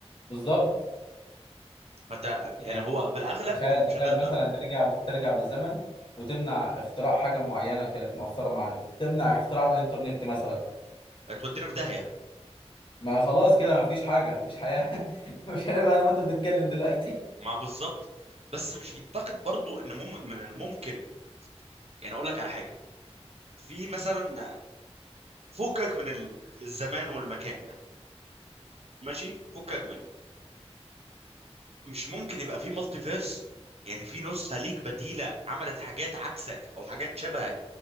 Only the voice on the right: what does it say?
فانت
يعني هو في الاغلب
انك مش
هتقدر
تودينا في داهيه
مع بالظبط بس مش معتقد برضو ان مم... من الممكن يعني اقول لك على حاجه في مثلا فكك من ال- الزمان والمكان ده ماشي فكك منه مش ممكن يبقى في مالتي فيرس يعني في نسخة ليك بديلة عملت حاجات عكسك او حاجات شبهك